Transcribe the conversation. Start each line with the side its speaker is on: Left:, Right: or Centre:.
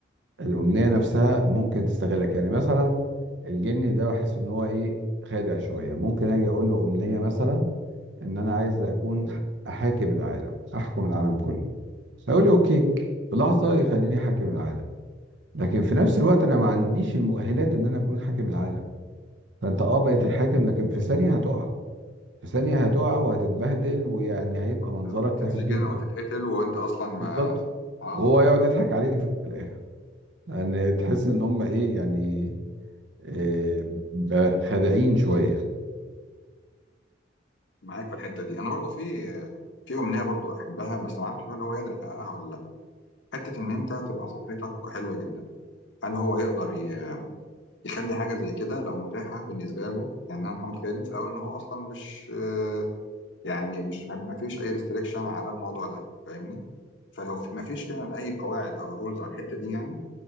Right: الأمنية نفسها ممكن تستغلك يعني مثلا الجني ده بحس ان هو ايه خادع شوية ممكن اجي اقول له أمنية مثلا ان انا عايز اكون ح- احاكم العالم احكم العالم كله هيقول لي اوكي في لحظة يخليني حاكم العالم لكن في نفس الوقت انا ما عنديش المؤهلات ان انا اكون حاكم العالم فانت اه بقيت الحاكم لكن في ثانية هتقع في ثانية هتقع وهتتبهدل ويعني هيبقى
Left: كنت
Right: منظرك
Left: ممكن تتسجن
Right: وحش جدا
Left: أو تتقتل وأنت أصلا ما
Right: بالظبط
Left: آه،
Right: وهو يقعد يضحك عليك في الاخر يعني تحس ان هم ايه يعني إيه ب- خادعين شويه
Left: معاك في الحتة دي أنا برضو في في أمنية برضو أحبها بس ما أعرفش هل هو يقدر يحققها ولا لأ حتة إن أنت تبقى صحتك حلوة جدا هل هو يقدر ي- يخلي حاجة زي كده لو متاحة بالنسبة له يعني احنا متخيلين في الأول إن هو أصلا مش آه، يعني مش ما ما فيش أي ريستريكشن على الموضوع ده فاهمني فلو في- ما فيش فعلا أي قواعد أو رولز على الحتة دي يعني